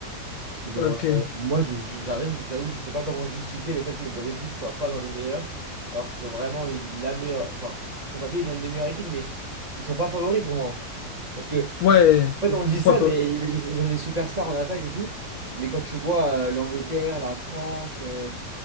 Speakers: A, on the right; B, on the left.
A: Genre,
B: Ok.
A: euh, moi, je- j'arrive, j'avoue, je sais pas comment justifier le fait que le Brésil soit pas dans les meilleurs, alors qu'ils ont vraiment une, la meilleure. Enfin, sur le papier, ils ont une des meilleures équipes, mais ils sont pas favoris pour moi. hein. Parce que,
B: Ouais,
A: en fait, on dit
B: pourquoi
A: ça, mais
B: pas?
A: ils, ils ont des superstars en attaque et tout. Mais quand tu vois euh, l'Angleterre, la France, euh,